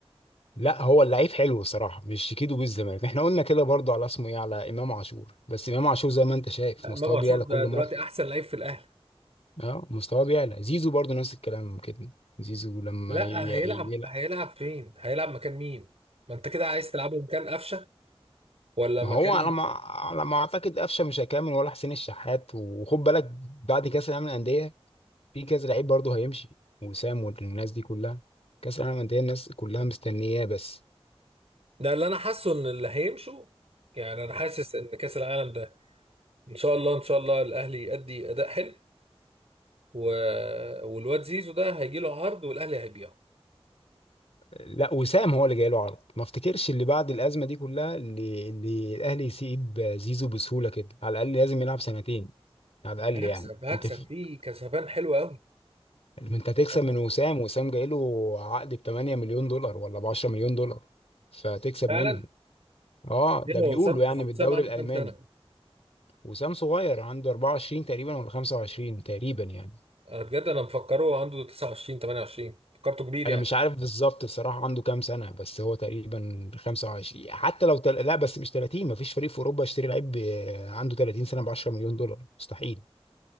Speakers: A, on the left; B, on the right.
A: لا هو اللعيب حلو الصراحه مش شيكيدو بالزمالك احنا قلنا كده برضو على اسمه ايه على امام عاشور بس امام عاشور زي ما انت شايف
B: لا
A: مستواه
B: امام عاشور
A: بيعلى
B: ده
A: كل
B: دلوقتي
A: مره
B: احسن لعيب في الاهلي
A: اه مستواه بيعلى زيزو برضو نفس الكلام كده زيزو لما
B: لا
A: يلعب
B: هيلعب هيلعب فين هيلعب مكان مين ما انت كده عايز تلعبه مكان قفشه ولا
A: ما
B: مكان
A: هو على ما على ما اعتقد قفشه مش هيكمل ولا حسين الشحات وخد بالك بعد كاس العالم للانديه في كذا لعيب برضو هيمشي وسام والناس دي كلها كاس العالم للانديه الناس كلها مستنياه بس
B: ده اللي انا حاسه ان اللي هيمشوا يعني انا حاسس ان كاس العالم ده ان شاء الله ان شاء الله الاهلي يؤدي اداء حلو و... والواد زيزو ده هيجي له عرض والاهلي هيبيعه
A: لا وسام هو اللي جاي له عرض ما افتكرش اللي بعد الازمه دي كلها اللي, اللي الاهلي يسيب زيزو بسهوله كده على الاقل لازم يلعب سنتين على الاقل
B: هكسب
A: يعني
B: هكسب
A: انت في...
B: فيه كسبان حلو قوي
A: انت هتكسب
B: فاهم قصدي؟
A: من وسام وسام جاي له عقد ب 8 مليون دولار ولا ب 10 مليون دولار فتكسب
B: فعلا
A: منه اه
B: يلا
A: ده بيقولوا
B: هو وسام
A: يعني
B: هو
A: بالدوري
B: وسام عنده
A: الالماني
B: كام سنة؟
A: وسام صغير عنده 24 تقريبا ولا 25 تقريبا يعني
B: أنا بجد أنا مفكره عنده 29 28 فكرته كبير
A: انا
B: يعني
A: مش عارف بالظبط بصراحه عنده كام سنه بس هو تقريبا 25 حتى لو تل... لا بس مش 30 مفيش فريق في اوروبا يشتري لعيب ب- عنده 30 سنه ب 10 مليون دولار مستحيل